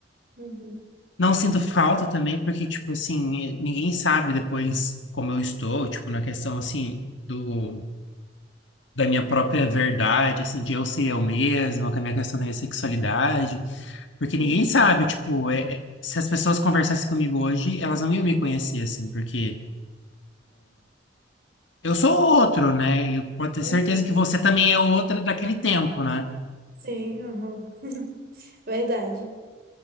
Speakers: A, on the right; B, on the left.
A: uhum,
B: Não sinto falta também, porque, tipo assim, ninguém sabe depois como eu estou, tipo, na questão, assim, do da minha própria verdade, assim, de eu ser eu mesma, com a minha questão da minha sexualidade, porque ninguém
A: uhum,
B: sabe, tipo, é- é- se as pessoas conversassem comigo hoje, elas não iam me conhecer, assim, porque eu sou outro, né? E Eu posso ter
A: uhum.
B: certeza que você também é outra daquele tempo, né?
A: Sim, uhum. <laughs> Verdade.